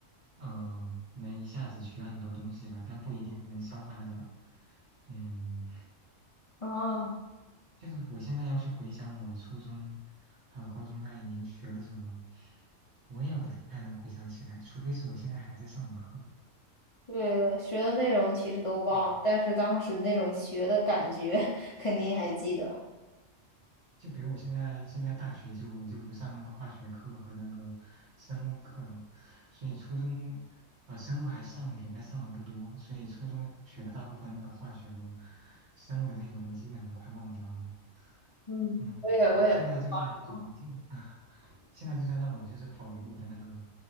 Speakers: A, on the right; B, on the left.
A: 嗯、能一下子学很多东西吧，但不一定能消化得了。嗯，
B: 啊。
A: 就是我现在要去回想我初中还有高中那一年学了什么，我也不太能回想起来，除非是我现在还在上的课。
B: 对的，学的内容其实都忘了，
A: 嗯
B: 但是当时那种学的感觉 <laughs> 肯定还记得。
A: 就比如我现在现在大学就我就不上那个化学课和那个生物课了，所以初中呃生物还上一点，但上的不多，所以初中学的大部分那个化学和生物的内容我基本都快忘掉了。
B: 嗯，
A: 嗯，
B: 我也我也快忘掉了。
A: 你现在就算对你现在 <laughs> 现在就算让我就是保留我的那个